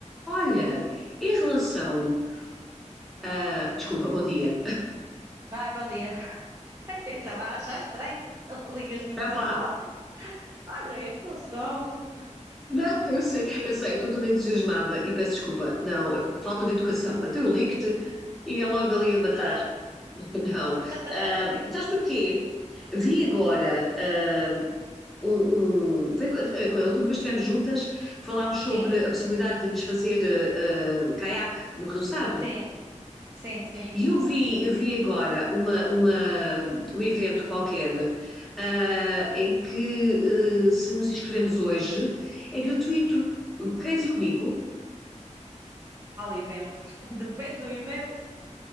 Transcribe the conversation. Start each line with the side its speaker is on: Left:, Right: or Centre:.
Centre: Olha, em relação a. Desculpa, bom dia.
Right: Vai, bom dia. <laughs> Eu estava a achar estranho. <laughs> Ligas-me e começas
Centre: Ah, pá,
Right: lá. Olha, em relação.
Centre: não, <laughs> eu sei, eu sei, eu estou toda entusiasmada e peço desculpa. Não, falta de educação. Até eu ligo-te e é logo ali a matar.
Right: Ah,
Centre: <laughs> Não.
Right: <laughs>
Centre: Ah, sabes porquê? Vi agora ah, um. um- vê quando- eh, quando a última vez que estivemos juntas, falámos sobre
Right: sim,
Centre: a possibilidade de nos fazer ah, ah, caiaque no Rio Sado.
Right: sim, sim, sim.
Centre: E eu vi, eu vi agora uma, uma, um evento qualquer ah, em que, eh, se nos inscrevemos hoje, é gratuito. Queres ir comigo?
Right: Fala evento. <laughs> Depende do evento.